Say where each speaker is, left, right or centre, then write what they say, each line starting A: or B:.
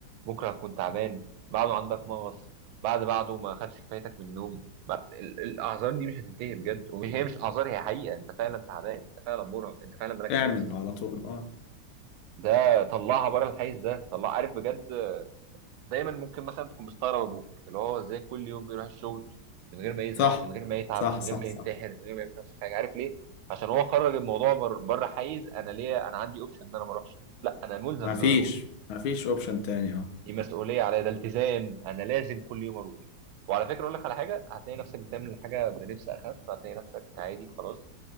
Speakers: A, on the right (about 80°); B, on the left (about 85°).
A: بكره هتكون تعبان بعده عندك مغص بعد بعده ما خدش كفايتك من النوم ما- ال- الاعذار دي مش هتنتهي بجد ومش هي مش اعذار هي حقيقه انت فعلا تعبان انت فعلا مرهق انت فعلا مالكش
B: اعمل
A: نفس
B: على طول اه
A: ده طلعها بره الحيز ده طلع عارف بجد دايما ممكن مثلا تكون مستغرب ابوك اللي هو ازاي كل يوم بيروح الشغل من غير ما يزهق
B: صح
A: من غير ما يتعب
B: صح
A: من
B: صح
A: غير ما
B: صح
A: ينتحر من غير ما يعمل نفس حاجه عارف ليه عشان هو خرج الموضوع بر- بره حيز انا ليه انا عندي اوبشن ان انا ما اروحش لا انا ملزم
B: مفيش
A: ان انا اروح
B: مفيش اوبشن تاني اه
A: دي مسؤوليه عليا ده التزام انا لازم كل يوم اروح وعلى فكره اقول لك على حاجه هتلاقي نفسك بتعمل حاجه بنفس اخف هتلاقي نفسك عادي خلاص